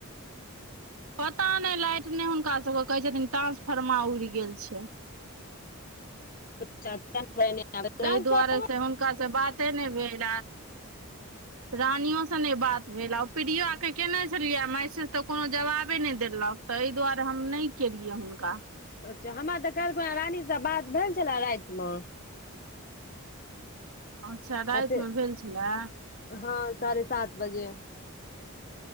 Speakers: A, on the right; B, on the left.
A: पता नहि लाइट नहि हुनकास सभके कहैत छथिन ट्रान्सफर्मा उड़ि गेल छै
B: <unintelligible>
A: ताहि दुआरे से हुनका से बाते नहि भेल रानियो ब मेला पीडियो आ के केने छलियए मैसेज तऽ कोनो जवाबे ने देलक त एहि दुआरे हम नहि के लिय हुनका
B: अच्छा हमरा तऽ कहलकखुना रानीसँ बात भेल छले राति मे
A: अच्छा राति
B: आ फेर
A: मे भेल छलए
B: हँ साढ़े सात बजे